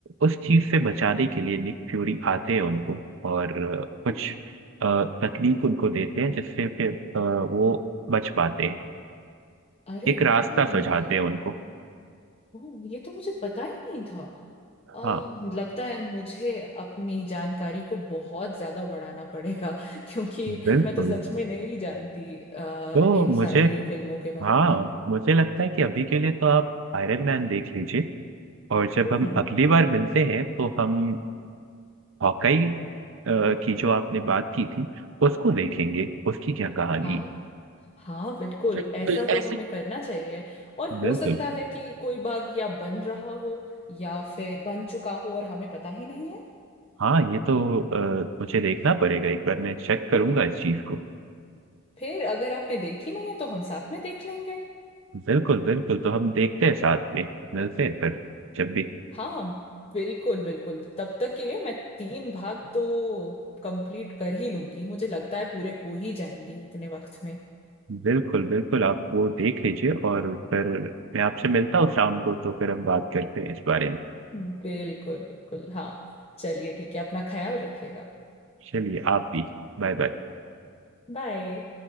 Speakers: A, on the right (about 65°); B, on the left (about 30°).
A: उस चीज से बचाने के लिए निक फ्यूरी आते हैं उनको और अ, कुछ
B: हम्म,
A: अ, तकनीक उनको देते हैं जिससे फिर अ, वो बच पाते हैं
B: अरे
A: एक रास्ता
B: वाह
A: सुझाते
B: ये
A: हैं उनको
B: ओ ये तो मुझे पता ही नहीं था अम,
A: हाँ
B: लगता है मुझे अपनी जानकारी को बहुत ज्यादा बढ़ाना पड़ेगा <laughs> क्योंकि
A: बिल्कुल
B: मैं तो सच में नहीं जानती अ,
A: तो
B: इन
A: मुझे
B: सारी फिल्मों के बारे
A: हाँ
B: में
A: मुझे लगता है कि अभी के लिए तो आप आयरन मैन देख लीजिए और जब
B: हम्म
A: हम अगली बार मिलते हैं तो हम हॉकाई की जो आपने बात की थी उसको देखेंगे उसकी क्या कहानी
B: हाँ
A: है।
B: हाँ बिल्कुल
A: बिल्कुल
B: ऐसा तो
A: ऐसा
B: हमें करना चाहिए और हो
A: बिल्कुल
B: सकता है कि कोई बाग या बन रहा हो या फिर बन चुका हो और हमें पता ही नहीं है
A: हाँ ये तो अ, मुझे देखना पड़ेगा एक बार मैं चेक करूंगा
B: हम्म
A: इस चीज को
B: फिर अगर आपने देखी नहीं है तो हम साथ में देख लेंगे
A: बिल्कुल बिल्कुल तो हम देखते हैं साथ में मिलते हैं फिर जब भी
B: हाँ बिल्कुल बिल्कुल तब तक के लिए मैं तीन भाग तो कंप्लीट कर ही लूंगी मुझे लगता है पूरे हो ही जाएंगे इतने वक्त में
A: बिल्कुल बिल्कुल आप वो देख लीजिए और फिर मैं आपसे मिलता हूँ शाम को तो फिर हम बात करते हैं इस बारे में
B: बिल्कुल बिल्कुल हाँ चलिए ठीक है अपना ख्याल रखिएगा
A: चलिए आप भी Bye bye
B: बाय